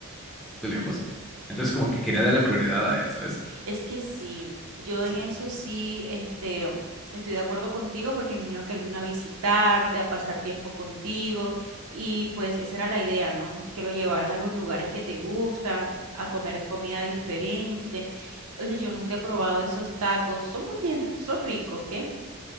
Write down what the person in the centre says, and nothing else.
bastante lejos, entonces como que quería darle prioridad a él, ¿sabes?
Este,
sí,